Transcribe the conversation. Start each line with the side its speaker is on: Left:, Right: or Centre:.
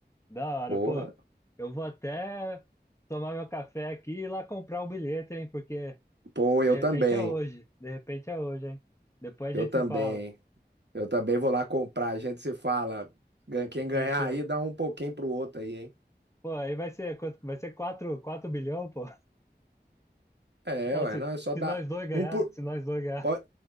Left: Da hora,
Right: Porra.
Left: pô. Eu vou até tomar meu café aqui e ir lá comprar um bilhete, hein? Porque
Right: Pô, eu
Left: De repente
Right: também.
Left: é hoje. De repente é hoje, hein? Depois
Right: Eu
Left: a gente
Right: também.
Left: se fala.
Right: Eu também vou lá comprar. A gente se fala. Gan- Quem ganhar
Left: Fechou.
Right: aí, dá um pouquinho pro outro aí, hein?
Left: Pô, aí vai ser quanto? Vai ser quatro quatro bilhão, pô.
Right: É,
Left: <laughs> Não,
Right: ué,
Left: se,
Right: não, é só dar.
Left: se nós dois ganhar,
Right: Um por...
Left: se nós dois ganhar.
Right: pode,